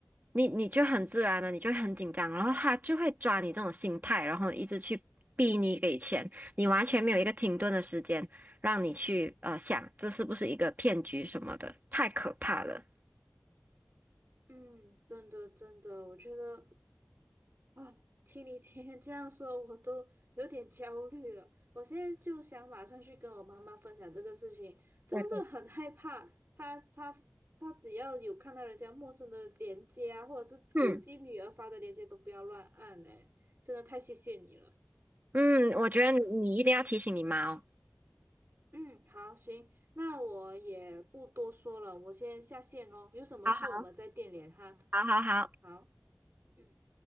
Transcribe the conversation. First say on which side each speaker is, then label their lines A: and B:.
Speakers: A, on the right; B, on the right.
A: 你你就很自然了，你就会很紧张，然后他就会抓你这种心态，然后一直去逼你给钱，你完全没有一个停顿的时间。让你去呃想这是不是一个骗局什么的，太可怕了。
B: 嗯，真的真的，我觉得啊，听你今天这样说，我都有点焦虑了。我现在就想马上去跟我妈妈分享这个事情，真的很害怕。
A: 对对，
B: 她她她只要有看到人家陌生的链接啊，或者是自己女儿发的链接，
A: 嗯
B: 都不要乱按嘞。真的太谢谢你了。
A: 嗯，我觉得你你一定要提醒你妈哦。
B: 嗯，好，行，那我也不多说了，我先下线喽。有什么事我们再电联哈。
A: 好好好好好。
B: 好。嗯。